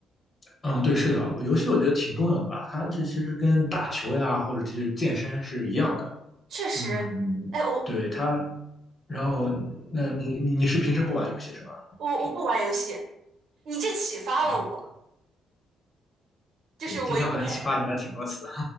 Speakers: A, on the left; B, on the right.
A: 嗯，对，是的，游戏我觉得挺重要的吧，它这其实跟打球呀或者这些健身是一样的。
B: 确实，
A: 嗯，
B: 哎，我
A: 对它，然后那你你你是平时不玩游戏是吧？OK，
B: 我我不玩游戏，你这启发了我，
A: 嗯，
B: 就是我应该，
A: 对，今天好像启发你了挺多次。